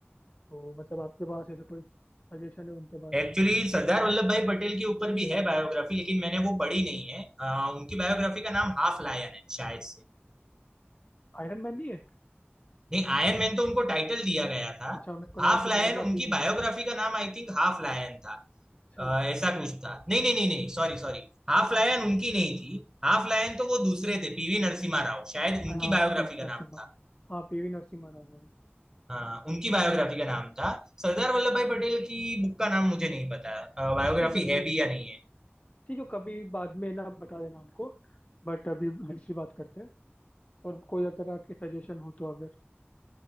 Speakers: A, on the left; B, on the right.
A: तो मतलब आपके पास ऐसा कोई सजेशन है उनके बारे
B: एक्चुअली
A: में तो,
B: सरदार वल्लभ भाई पटेल के ऊपर भी है बायोग्राफी लेकिन मैंने वो पढ़ी नहीं है अ, उनकी बायोग्राफी का नाम हाफ लायन है शायद से
A: आयरन मैन नहीं है
B: नहीं आयरन मैन तो उनको टाइटल दिया गया था
A: अच्छा मेरे को
B: हाफ
A: लगा कि
B: लायन
A: बायोग्राफी
B: उनकी
A: भी होगा
B: बायोग्राफी का नाम आई थिंक हाफ लायन था
A: अच्छा
B: अ, ऐसा कुछ था नहीं नहीं नहीं नहीं सॉरी सॉरी हाफ लायन उनकी नहीं थी हाफ लायन तो वो दूसरे थे पीवी नरसिम्हा राव शायद उनकी
A: हाँ
B: बायोग्राफी
A: पीवी
B: का
A: नरसिम्हा
B: नाम था
A: हाँ पीवी नरसिम्हा राव वाला।
B: हाँ उनकी बायोग्राफी का नाम था सरदार वल्लभ भाई पटेल की बुक का नाम मुझे नहीं पता बायोग्राफी
A: ठीक है
B: है
A: वो
B: भी या नहीं है
A: ठीक है कभी बाद में ना बता देना हमको बट अभी दूसरी बात करते हैं और कोई अगर आपके सजेशन हो तो अगर